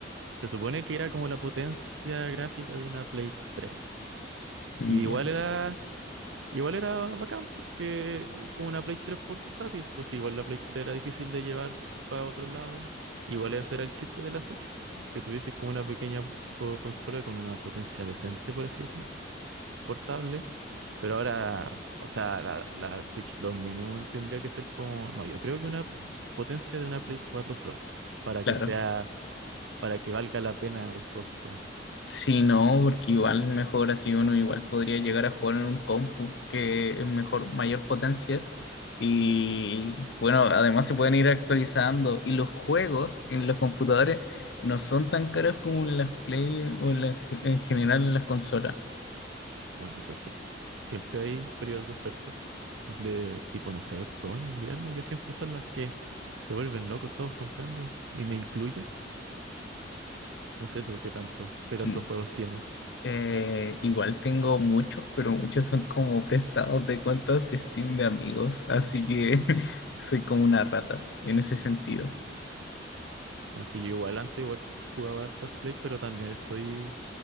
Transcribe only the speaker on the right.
se supone que era como la potencia gráfica de una Play 3.
Y igual era, igual era bacán porque con una Play 3 portátil, pues sí, igual la Play 3 era difícil de llevar para otro lado. Igual ese era el chiste de la Switch, que tuviese como una pequeña co- consola con una potencia decente, por así decir, portable. Pero ahora, o sea, la, la Switch 2 mínimo tendría que ser como, no, yo creo que una potencia de una Play cuatro Pro, para
que sea, para que valga la pena el costo.
Bueno, eso sí. Siempre hay periodos de oferta, de tipo, no sé, otoño, invierno, que siempre son las que se vuelven locos todos comprando, y me incluyo. No sé tú qué tanto, qué tantos
juegos tienes.
No sé, yo igual antes igual jugaba hartos Play, pero también estoy,